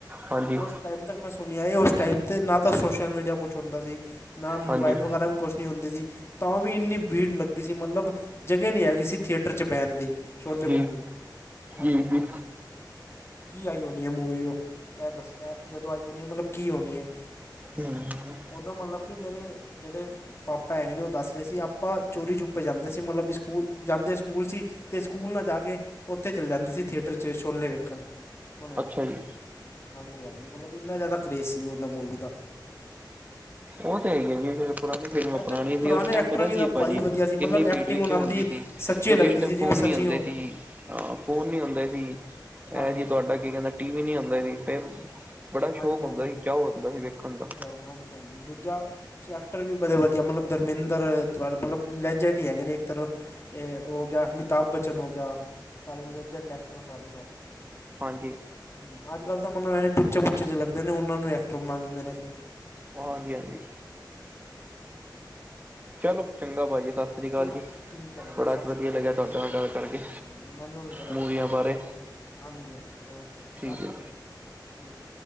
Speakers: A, on the right; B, on the left.
A: ਹਾਂਜੀ
B: ਓਸ ਟਾਈਮ ਤੱਕ ਮੈਂ ਸੁਣਿਆ ਏ, ਓਸ ਟਾਈਮ ਤੇ ਨਾ ਤਾਂ ਸੋਸ਼ਲ ਮੀਡੀਆ ਕੁਛ ਹੁੰਦਾ ਸੀ ਨਾ ਮੋਬਾਇਲ
A: ਹਾਂਜੀ
B: ਵਗੈਰਾ ਕੁਛ ਨਹੀਂ ਹੁੰਦੇ ਸੀ ਤਾਂ ਵੀ ਇੰਨੀ ਭੀੜ ਲੱਗੀ ਸੀ ਮਤਲਬ ਜਗ੍ਹਾ ਨਹੀਂ ਐਗੀ ਸੀ ਥੀਏਟਰ 'ਚ ਬੈਣ ਦੀ। ਛੋਲੇ
A: ਜੀ
B: ਮੂਵੀ ਹੁਣ
A: ਜੀ
B: ਵੇਖੋ
A: ਜੀ
B: ਤੁਸੀਂ ਕੀ ਆਈ ਹੋਣੀ ਐ ਮੂਵੀ ਓ। ਐ ਦੱਸ ਐ ਜਦੋਂ ਆਈ ਹੋਣੀ ਮਲਬ ਕੀ ਹੋਣੀ ਏ।
A: ਹੂੰਅ ਹੂੰਅ।
B: ਓਦੋਂ ਮਲਬ ਕਿ ਮੇਰੇ ਜੇੜੇ ਪਾਪਾ ਹੈਗੇ ਨੇ ਓ ਦੱਸ ਰੇ ਸੀ ਆਪਾਂ ਚੋਰੀ ਛਪੇ ਜਾਂਦੇ ਸੀ। ਮਲਬ ਸਕੂਲ, ਜਾਂਦੇ ਸਕੂਲ ਸੀ ਤੇ ਸਕੂਲ ਨਾ ਜਾ ਕੇ ਓਥੇ ਚਲੇ ਜਾਂਦੇ ਸੀ ਥੇਟਰ ਤੇ ਛੋਲੇ ਵੇਖਣ। ਹੁਣ ਵੇਖੋ
A: ਅੱਛਾ
B: ਤੁਸੀਂ
A: ਜੀ।
B: ਹਾਂਜੀ ਹਾਂਜੀ ਮਲਬ ਏਨਾ ਜਾਦਾ ਕਰੇਜ ਸੀ ਓਂਦਾ ਮੂਵੀ ਦਾ
A: ਓ ਤੇ ਹੈ ਈ ਏ ਜੀ ਫੇਰ ਪੁਰਾਣੀ ਫਿਲਮਾਂ
B: ਪਹਿਲੇ
A: ਪੁਰਾਣੀ ਸੀ।
B: ਪੁਰਾਣੇ
A: ਓਸ ਟੈਮ
B: ਐਕਟਰ
A: ਪਤਾ
B: ਵੀ
A: ਕੀ
B: ਤਾਂ
A: ਏ ਭਾਜੀ
B: ਵਧੀਆ ਸੀ
A: ਇੰਨੀ
B: ਮਤਲਬ
A: ਭੀੜ
B: ਐਕਟਿੰਗ
A: ਵੀ
B: ਉਹਨਾਂ
A: ਕਿਉਂ
B: ਦੀ
A: ਹੁੰਦੀ ਸੀ।
B: ਸੱਚੀ
A: ਕਿਉਂਕਿ
B: ਲੱਗਦੀ
A: ਇਸ ਟੈਮ
B: ਸੀ ਜਿਵੇਂ
A: ਫੋਨ
B: ਸੱਚੀ
A: ਨੀ ਹੁੰਦੇ
B: ਹੋ
A: ਸੀ। ਹਾਂ ਫੋਨ ਨੀ ਹੁੰਦੇ ਸੀ, ਐ
B: ਹਾਂਜੀ
A: ਜੀ ਤੁਆਡਾ
B: ਹਾਂਜੀ
A: ਕੀ ਕੈਂਦਾ ਟੀ ਵੀ ਨੀ ਹੁੰਦੇ ਸੀ। ਫੇਰ ਬੜਾ
B: ਹਾਂਜੀ ਹਾਂਜੀ
A: ਸ਼ੌਕ ਹੁੰਦਾ
B: ਹਾਂਜੀ
A: ਸੀ, ਚਾਓ ਹੁੰਦਾ ਸੀ ਵੇਖਣ ਦਾ।
B: ਜਾਓ ਹਾਂਜੀ ਹਾਂਜੀ ਦੂਜਾ 'ਚ ਐਕਟਰ ਵੀ ਬੜੇ ਵਧੀਆ ਮਲਬ ਧਰਮਿੰਦਰ ਮਲਬ ਲੈਜੈਂਡ ਈ ਹੈਗੇ ਨੇ। ਇੱਕ ਤਰਾਂ ਏ ਓ ਗਿਆ ਅਮਿਤਾਭ ਬੱਚਨ ਓ ਗਿਆ, ਸਾਰੇ ਲੇਜੈਂਡ ਐਕਟਰ ਸਾਰੇ ਸਭ
A: ਹਾਂਜੀ
B: ਹਮ ਅੱਜ ਕੱਲ੍ਹ ਤਾਂ ਮੈਂਨੂੰ ਐ ਟੂਚੇ ਮੁਚੇ ਜੇ ਲੱਗਦੇ ਨੇ, ਓਨਾਂ ਨੂੰ ਐਕਟਰ ਬਣਾ ਦਿੰਦੇ ਨੇ ਫੇਰ।
A: ਹਾਂਜੀ ਹਾਂਜੀ ਚਲੋ ਚੰਗਾ ਭਾਜੀ ਸਸ ਸਸਰੀ ਕਾਲ
B: ਚਲੋ
A: ਜੀ
B: ਠੀਕ ਹੈ ਭਾਈ
A: ਬੜਾ
B: ਸਤਿ
A: ਵਧੀਆ
B: ਸ਼੍ਰੀ ਅਕਾਲ
A: ਲੱਗਿਆ ਤੁਆਡੇ ਨਾਲ ਗੱਲ ਕਰਕੇ,
B: ਹਾਂਜੀ ਹਾਂਜੀ ਮੈਨੂੰ ਵੀ ਬੜਾ
A: ਮੂਵੀਆਂ
B: ਵਧੀਆ ਲੱਗਾ
A: ਬਾਰੇ।
B: ਓਕੇ ਹਾਂਜੀ ਹਾਂ ਓਕੇ
A: ਠੀਕ
B: ਸਾਸਰੀਕਾਲ।
A: ਹੈ ਜੀ।